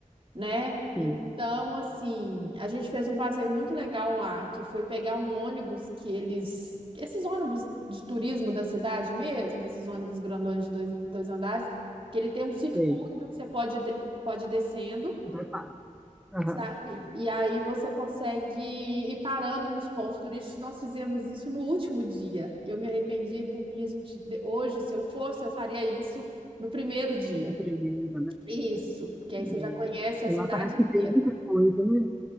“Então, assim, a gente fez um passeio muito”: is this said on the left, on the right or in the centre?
Right